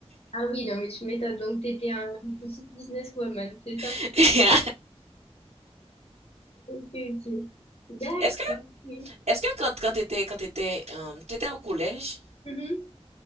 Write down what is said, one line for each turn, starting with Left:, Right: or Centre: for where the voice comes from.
Left: Ah oui, non, mais tu m'étonnes. Donc, tu étais un une petite businesswoman, c'est ça?
Right: <laughs>
Left: Ok, ok. D'accord,
Right: Est-ce que,
Left: oui.
Right: est-ce que quand, quand t'étais, quand t'étais, euh, t'étais au collège,
Left: Mhm.